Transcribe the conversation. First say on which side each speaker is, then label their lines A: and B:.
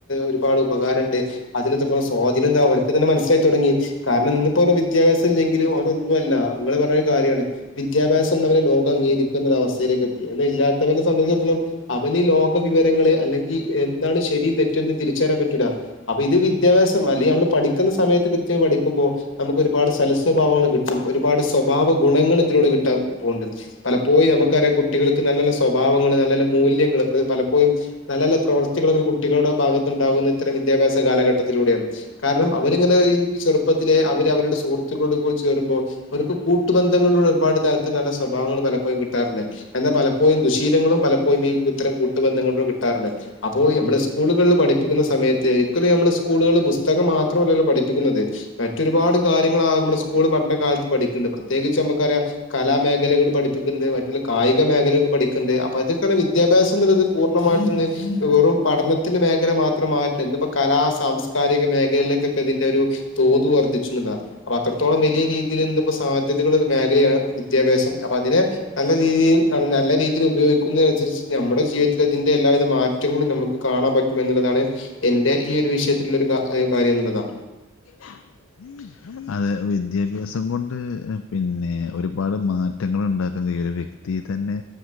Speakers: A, on the left; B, on the left.
A: ഒരുപാട് ഉപകാര ണ്ട്. അതിനെ തു സ്വാധീനം എന്താ അവർക്ക് തന്നെ മനസ്സിലായി തുടങ്ങി കാരണം ഇന്ന്പ്പോഞ്ഞ വിദ്യാഭ്യസം ഇല്ലെങ്കിലും ഒന്നല്ല. ങ്ങള് പറഞ്ഞ കാരിയാണ്. വിദ്യാഭ്യാസം ള്ളവരെ, ലോകം അംഗീകരിക്കുന്ന ഒര അവസ്ഥയിലേക്ക് എത്തി അല്ലാ നെ സംബന്ധിച്ചിടത്തോളം അവന് ലോക വിവരങ്ങള്, അല്ലെങ്കി എന്താണ് ശെരി തെറ്റന്ന് തിരിച്ചറിയാൻ പറ്റൂല അപ്പൊ ഇത് വിദ്യാഭ്യാസം അല്ലെങ്കി, നമ്മള് പഠിക്കുന്ന സമയത്ത് കൃത്യം പഠിക്കുമ്പോ നമുക്ക് ഒരുപാട് സൽ സ്വഭാവങ്ങൾ കിട്ടും ഒരുപാട് സ്വഭാവ ഗുണങ്ങള് ഇതിലൂടെ കിട്ടാൻ പോണ്ട് പലപ്പോയും നമുക്കറിയാം കുട്ടികൾക്ക് നല്ലല്ല സ്വാ സ്വഭാവങ്ങൾ, നല്ല ല്ല മൂല്യങ്ങള്, പലപ്പോഴും നല്ല ല്ല പ്രവർത്തികൾ കുട്ടികളുടെ ഭാഗത്ത്ണ്ടാവുന്ന ഇത്തരം വിദ്യാഭ്യാസ കാലഘട്ടത്തിലൂടേ ആണ്. കാരണം അവരിങ്ങനെ ഇ ചെറ പ്പത്തിലെ അവരുടെ സുഹൃത്തുക്കളോട് പ്പത്തിലെ അവർ അവരുടെ സുഹൃത്തുക്കളുടെ കൂടെ ചേരുമ്പോ, അവർക്ക് കൂട്ടു ബന്ധങ്ങളുടെ ഒരുപാട് കാര്യത്തിന് നല്ല സ്വഭാവങ്ങ പലപ്പോഴും കിട്ടാറുണ്ട്. എന്ന പലപ്പോ പ്പോഴും ദുശീലങ്ങളും പലപ്പോഴും ഇ ത്തരം ദുശീലങ്ങളും പലപ്പോഴും ഈ ഇത്തരം കൂട്ടു ബന്ധങ്ങളിലൂടെ കിട്ടാറുണ്ട്. അപ്പോ നമ്മള് സ്കൂളുകളിൽ പഠിപ്പിക്കുന്ന സമയത്ത് ശെരിക്കലും നമ്മള് സ്കൂളുകള് പുസ്തകം മാത്രമല്ലല്ലോ പഠിപ്പിക്കുന്നത്? മറ്റൊരുപാട് കാര്യങ്ങൾ ആ നമ്മുടെസ്കൂ സ്കൂൾ പഠന കാലത്ത് പഠിക്ണ്ട് പ്രത്യേ കിച്ച് ഞമ്മക്ക് റിയാം, കലാമേഖലകൾ പഠിപ്പിക്ണ്ട്, മറ്റുള്ള കായിക മേഖലകൾ പഠിക്ക്ണ്ട് അപ്പൊ അതൊക്കെയാണ് വിദ്യ വിദ്യാഭ്യാസം ന്നുള്ളത് പൂർണ്ണമായിട്ടന്ന് വെറും പഠനത്തിന്റെ മേഖല മാത്രം മാറ്റ കലാ, സാംസ്കാരിക മേഖലളിലേക്കൊക്കെ തിന്റെ ഒരു തോത് വർദ്ധിചൂന്നുള്ളതാണ്. അപ്പൊ അത്രത്തോളം വലിയ രീതിയി ന്ന് പ്പോ സാധ്യതകളുടെ ഒരു മേഖലയാണ് വിദ്യാഭ്യാസം. അപ്പൊ അതിനെ നല്ല രീതിയിൽ, നല്ല രീതിയിൽ ഉപയോഗിക്കുന്നതിനനുസരിച്ചിട്ട് നമ്മുടെ ജീവിതത്തിൽ അതിന്റെ എല്ലാവിധ മാറ്റ ങ്ങളും കൂടെ നമുക്ക് കാണാൻ പറ്റും എന്നുള്ളതാണ് എൻന്റെ ഈ ഒരു വിഷയത്തിലുള്ള ഒരു കാര്യം എന്നുള്ളതാ.
B: <unintelligible> അതെ വിദ്യാഭ്യാസം കൊണ്ട് അ പിന്നെ ഒരുപാട് മാറ്റങ്ങൾ ഉണ്ടാക്ക ഒരു വ്യക്തി തന്നെ